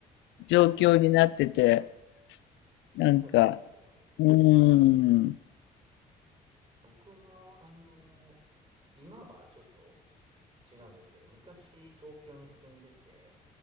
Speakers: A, on the left (about 65°); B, on the right (about 25°).
A: 状況になってて、
B: そうですよね。
A: なんか、うーん。
B: 僕も、あの今はちょっと違うんですけど、昔東京に住んでて、